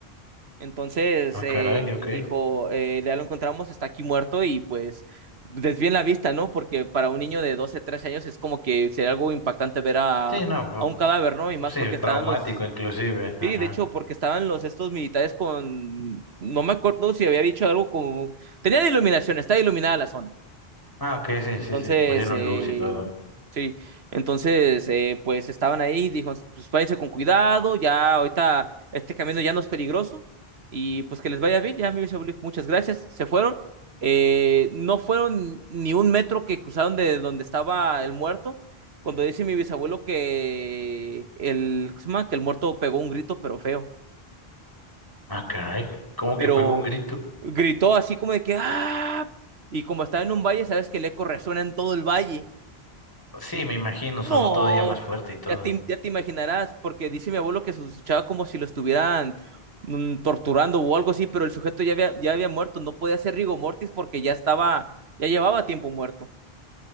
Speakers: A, on the right; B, on the left.
A: Entonces
B: Ah,
A: eh,
B: caray, ok.
A: dijo, eh, ya lo encontramos, está aquí muerto y pues desvíen la vista, ¿no? Porque para un niño de 12 13 años es como que sería algo impactante ver a,
B: Sí,
A: a
B: no.
A: un cadáver, ¿no? Y más
B: Sí,
A: porque estaban
B: traumático
A: los
B: inclusive, ajá.
A: Sí, de hecho, porque estaban los estos militares con, no me acuerdo si había dicho algo como, tenían iluminación, estaba iluminada la zona.
B: Ah, ok, sí,
A: Entonces,
B: sí, sí, pusieron
A: eh,
B: luz y todo.
A: sí, entonces, eh, pues estaban ahí, dijo, pues váyanse con cuidado, ya ahorita este camino ya no es peligroso y pues que les vaya bien, ya mi bisabuelo, muchas gracias, se fueron. Eh, no fueron ni un metro que cruzaron de donde estaba el muerto. Cuando dice mi bisabuelo que el, ¿cómo se llama? que el muerto pegó un grito, pero feo.
B: Ah, caray, ¿cómo
A: pero
B: que pegó un grito?
A: gritó así como de que ¡ah! Y como estaba en un valle, sabes que el eco resuena en todo el valle.
B: Sí, me imagino,
A: No,
B: sonó todavía más fuerte y todo.
A: ya te, ya te imaginarás, porque dice mi abuelo que se escuchaba como si lo estuvieran mm, torturando o algo así, pero el sujeto ya había, ya había muerto, no podía ser rigor mortis porque ya estaba, ya llevaba tiempo muerto.